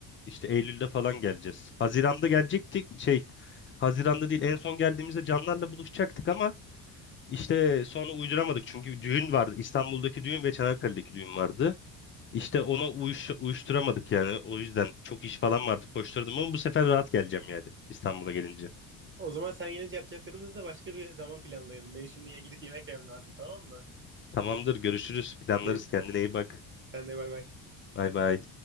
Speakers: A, on the left; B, on the right.
A: İşte Eylül'de falan geleceğiz. Haziran'da gelecektik. Şey Haziran'da değil. En son geldiğimizde Canlar'la buluşacaktık ama İşte sonra uyduramadık çünkü düğün vardı. İstanbul'daki düğün ve Çanakkale'deki düğün vardı. İşte ona uyuş, uyuşturamadık yani. O yüzden çok iş falan vardı koşturdum ama bu sefer rahat geleceğim yani İstanbul'a gelince.
B: O zaman sen gelince yapacaklarımızı da başka bir zaman planlayalım. Benim şimdi gidip yemek yemem lazım tamam mı?
A: Tamamdır görüşürüz planlarız
B: Görüşürüz.
A: kendine iyi bak.
B: Sen de bay bay.
A: Bay bay.